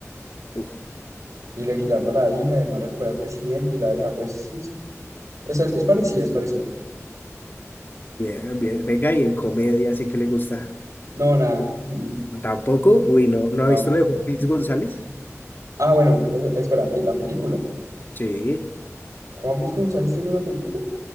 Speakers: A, on the left; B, on the right.
A: Uf,
B: y le quitaron a la hija, el man recuperó al presidente y la hija, pues sí, sí. Esa es, es parecida, es parecida.
A: bien, bien. Venga, y en comedia sí que le gusta.
B: No, nada, mm,
A: Tampoco, uy, no,
B: mm,
A: ¿no
B: no.
A: ha visto lo de Juan Luis González?
B: Ah, bueno, o- espera, que la película.
A: Sí.
B: ¿Juan Pisco González tiene una película?